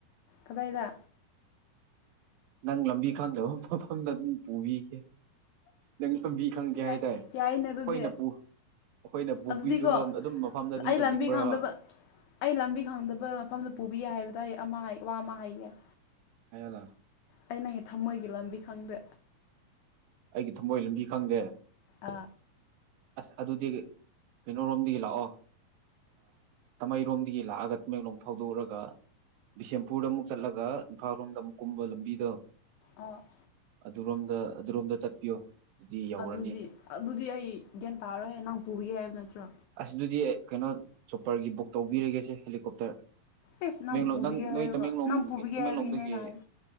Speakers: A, on the left; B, on the right.
A: ꯀꯗꯥꯏꯗ
B: ꯅꯪ ꯂꯝꯕꯤ ꯈꯪꯗꯕ ꯃꯐꯝꯗ ꯑꯗꯨꯝ ꯄꯨꯕꯤꯒꯦ ꯅꯪ ꯐꯝꯕꯤ ꯈꯪꯒꯦ
A: ꯌꯥꯏ
B: ꯍꯥꯏꯇꯥꯔꯦ ꯑꯩꯈꯣꯏ
A: ꯌꯥꯏꯅꯦ ꯑꯗꯨꯗꯤ
B: ꯅꯄꯨ ꯑꯩꯈꯣꯏꯅ ꯄꯨꯕꯤꯕ
A: ꯑꯗꯨꯗꯤꯀꯣ
B: ꯑꯗꯨꯝ ꯃꯐꯝꯗ ꯑꯗꯨꯝ
A: ꯑꯩ
B: ꯆꯠꯅꯤꯡꯕ꯭ꯔꯕ
A: ꯂꯝꯕꯤ ꯈꯪꯗꯕ ꯑꯩ ꯂꯝꯕꯤ ꯈꯪꯗꯕ ꯃꯐꯝꯗ ꯄꯨꯕꯤꯌꯦ ꯍꯥꯏꯕꯗꯣ ꯑꯩ ꯑꯃ ꯋꯥ ꯑꯃ ꯍꯥꯏꯌꯦꯦ
B: ꯍꯥꯏꯗ
A: ꯑꯩ ꯅꯪꯒꯤ ꯊꯃꯣꯏꯒꯤ ꯂꯝꯕꯤ ꯈꯪꯗꯦ
B: ꯑꯩꯒꯤ ꯊꯃꯣꯏ ꯂꯝꯕꯤ ꯈꯪꯗꯦ
A: ꯑ
B: ꯑꯁ ꯑꯗꯨꯗꯤ ꯀꯩꯅꯣꯣꯔꯣꯝꯗꯒꯤ ꯂꯥꯛꯑꯣ ꯇꯥꯃꯩꯔꯣꯝꯗꯒꯤ ꯂꯥꯛꯑꯒꯃꯦꯡꯂꯣꯡ ꯐꯥꯎꯗꯣꯛꯎꯔꯒ ꯕꯤꯁꯦꯝꯄꯨꯔꯗ ꯑꯃꯨꯛ ꯆꯠꯂꯒ ꯏꯝꯐꯥꯜ ꯔꯣꯝꯗ ꯑꯃꯨꯛ ꯀꯨꯝꯕ ꯂꯝꯕꯤꯗꯣ
A: ꯑ <inaudible>
B: ꯑꯗꯨꯔꯣꯝꯗ ꯑꯗꯨꯔꯣꯝꯗ ꯆꯠꯄꯤꯌꯣ ꯑꯗꯨꯗꯤ ꯌꯧꯔꯅꯤ
A: ꯑꯗꯨꯗꯤ ꯑꯗꯨꯗꯤ ꯑꯩ ꯒ꯭ꯌꯥꯟ ꯇꯥꯔꯣꯏꯍ ꯅꯍꯪ ꯄꯨꯕꯒꯦ ꯍꯥꯏꯕ ꯅꯠꯇ꯭ꯔꯣ
B: ꯑꯁ ꯑꯗꯨꯗꯤ ꯀꯩꯅꯣ ꯆꯣꯄꯔꯒꯤ ꯕꯨꯛ ꯇꯧꯕꯤꯔꯒꯦꯁꯦ ꯍꯦꯂꯤꯀꯣꯞꯇꯔ
A: ꯑꯦꯁ ꯅꯪ
B: ꯇꯃꯦꯡꯂꯣꯡ
A: ꯄꯨꯕꯤꯒꯦ
B: ꯅꯣꯏ
A: ꯍꯥꯏꯔꯒ
B: ꯇꯃꯦꯡꯂꯣꯡ
A: ꯅꯪ ꯄꯨꯕꯤꯒꯦ
B: ꯇꯃꯦꯡꯂꯣꯡꯗꯒꯤ
A: ꯍꯥꯏꯕꯒꯤꯅꯦ ꯅ ꯍꯥꯏ